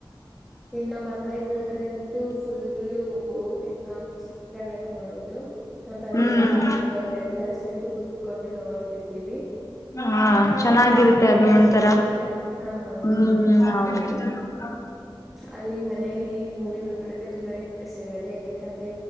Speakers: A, in the centre; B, on the left (about 35°).
A: ಇನ್ನು ಮನೆಗ್ ಹೋದ್ರೆ ಅಂತೂ ಫುಲ್ಲ ಪಿ ಆ ಚಿತ್ರಗಳ ನೋಡದು ನಾ ತಂದೆ
B: ಹ್ಮ್
A: ತಾಯಿ ಅವರು ಎಲ್ಲರ ಜೊತೆಗೂ ಕುೂತ್ಕೊಂಡು ನೋಡ್ತಿರ್ತೀವಿ
B: ಹಾ ಚೆನ್ನಾಗಿರುತ್ತೆ
A: ಅ ತರ
B: ಅದು ಒಂಥರ
A: ಚೆನ್ನಾಗಿರುತ್ತೆ ಹಾ ಹೌದು
B: ಹ್ಮ್ ಹೌದು ಹ
A: ಅಲ್ಲಿ ಮನೆಯಲ್ಲಿ ಮೂವಿ ನೋಡುದ ತುಂಬಾನೇ ಸಿ ಆಗದೆ ಯಾಕಂದ್ರೆ